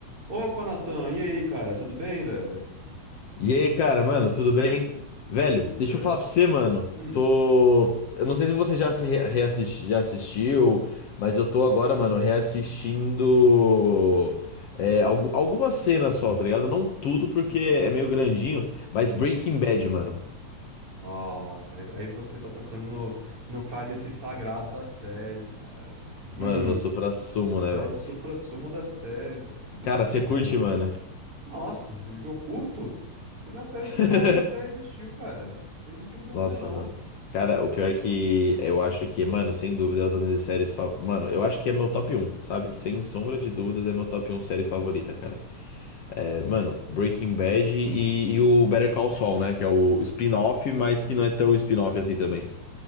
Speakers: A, on the right; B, on the left.
A: Opa, Natan, e aí, cara? Tudo bem, velho?
B: E aí, cara, mano, tudo bem? Velho,
A: Tudo certo.
B: deixa eu falar pra você, mano.
A: Hum,
B: Tô. Eu não sei se você já se re- reassisti- já assistiu, mas eu tô agora, mano, reassistindo. é, algu- algumas cenas só, tá ligado? Não tudo, porque é meio grandinho, mas
A: hum.
B: Breaking Bad, mano.
A: Nossa, aí aí você tá tocando no, no cálice sagrado das séries, cara. velho. Hum,
B: Mano, eu sou pra sumo, né,
A: é
B: velho?
A: o suprassumo das séries, velho. Muito
B: Cara, você
A: bom,
B: curte,
A: cara.
B: mano.
A: Nossa, eu curto. Melhor série
B: <laughs>
A: que já, já, já existiu, cara. Isso aí não tem dúvida,
B: Nossa,
A: não.
B: mano. Cara, o pior é que eu acho que, mano, sem dúvida é uma das minhas séries. fa- Mano, eu acho que é meu top um, sabe? Sem sombra de dúvidas, é meu top um série favorita, cara. É, mano, Breaking Bad e, e o Better Call Saul, né? Que é o spin-off, mas que não é tão spin-off assim também.